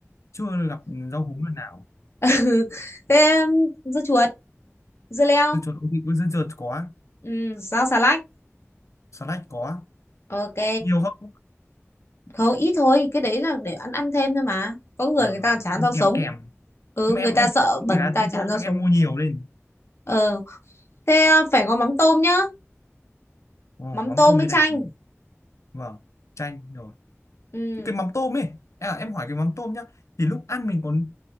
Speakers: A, on the left; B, on the left.
A: chưa gặp rau húng lần nào
B: <laughs> thế um, dưa chuột dưa leo
A: dưa chuột ok, có dưa chuột có
B: ừ, rau xà lách
A: salad có
B: ok
A: nhiều không
B: không ít thôi cái đấy là để ăn ăn thêm thôi mà có người
A: Ờ,
B: người ta chán
A: ăn
B: rau sống
A: kèm kèm
B: ừ
A: nhưng
B: người
A: mà em
B: ta
A: em
B: sợ
A: thích
B: bẩn
A: cái lá
B: người ta
A: tí
B: chán rau
A: chắc
B: sống
A: em mua nhiều lên
B: ờ thế à, phải có mắm tôm nhá
A: Ồ,
B: mắm
A: mắm
B: tôm
A: tôm
B: với
A: bên
B: chanh
A: này thì- vâng chanh rồi
B: ừ
A: Thế cái mắm tôm ấy à, em hỏi cái mắm tôm nhá thì lúc ăn mình còn